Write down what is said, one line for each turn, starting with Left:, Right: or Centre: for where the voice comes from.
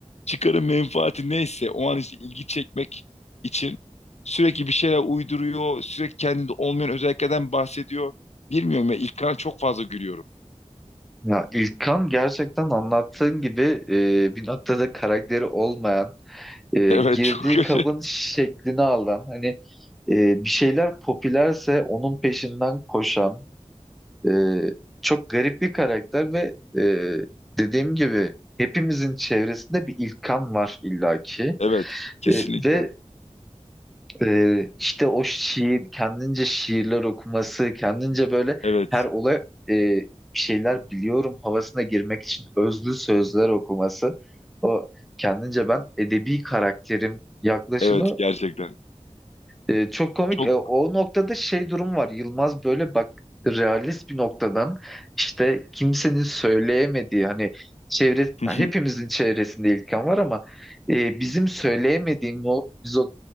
Left: çıkarın menfaati neyse o an işte ilgi çekmek için sürekli bir şeyler uyduruyor. Sürekli kendinde olmayan özelliklerden bahsediyor. Bilmiyorum ya İlkan'a çok fazla gülüyorum. <laughs>
Centre: Ya İlkan gerçekten anlattığın gibi e, bir noktada karakteri olmayan, e,
Left: Evet
Centre: girdiği
Left: çok kötü.
Centre: kabın şeklini alan, hani e, bir şeyler popülerse onun peşinden koşan, Ee, çok garip bir karakter ve e, dediğim gibi hepimizin çevresinde bir İlkan var illaki.
Left: Evet kesinlikle.
Centre: E, ve e, işte o şiir, kendince şiirler okuması, kendince böyle
Left: Evet.
Centre: her olay e, bir şeyler biliyorum havasına girmek için özlü sözler okuması. O kendince ben edebi karakterim yaklaşımı
Left: Evet gerçekten.
Centre: e, çok komik.
Left: Çok
Centre: E, o noktada şey durum var. Yılmaz böyle bak realist bir noktadan işte kimsenin söyleyemediği hani çevre
Left: <laughs>
Centre: hepimizin çevresinde İlkan var ama e, bizim söyleyemediğimiz o, biz o